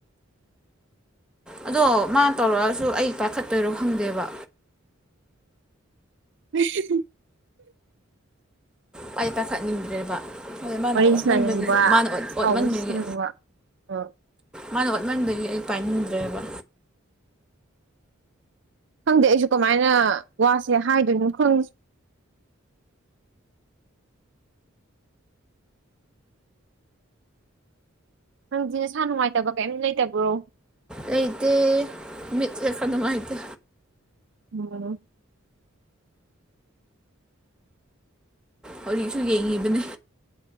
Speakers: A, in the centre; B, on the right.
A: ꯑꯗꯣ ꯃꯥꯅ ꯇꯧꯔꯛꯑꯁꯨ ꯑꯩ ꯄꯥꯏꯈꯠꯇꯣꯏꯔꯣ ꯈꯪꯗꯦꯕ
B: <unintelligible>
A: ꯄꯥꯏꯗꯤ ꯄꯥꯏꯈꯠꯅꯤꯡꯗ꯭ꯔꯦꯕ ꯍꯣꯏ ꯃꯥꯅ
B: ꯋꯥꯔꯤ
A: ꯑꯣꯠꯃꯟꯕꯒꯤꯀꯣ
B: ꯁꯥꯅꯅꯤꯡꯕ
A: ꯃꯥꯅ ꯑꯣꯠ
B: ꯁꯥꯎꯕꯁꯨ
A: ꯑꯣꯠꯃꯟꯕꯒꯤ
B: ꯁꯥꯅꯤꯡꯕ ꯑꯣ
A: ꯃꯥꯅ ꯑꫭꯠꯃꯟꯕꯒꯤ ꯑꯩ ꯄꯥꯏꯅꯤꯡꯗ꯭ꯔꯦꯕ
B: ꯈꯪꯗꯦ ꯑꯩꯁꯨ ꯀꯃꯥꯏꯅ ꯋꯥꯁꯦ ꯍꯥꯏꯗꯣꯏꯅꯣ ꯈꯪ ꯅꯪꯖꯦ ꯅꯁꯥ ꯅꯨꯡꯉꯥꯏꯇꯕ ꯀꯩꯝ ꯂꯩꯇꯕ꯭ꯔꯣ
A: ꯂꯩꯇꯦ ꯃꯤꯠꯁꯦ ꯈꯔ ꯅꯨꯡꯉꯥꯏꯇꯦ
B: ꯑꯣ
A: ꯍꯧꯖꯤꯛꯁꯨ ꯌꯦꯡꯉꯤꯕꯅꯤ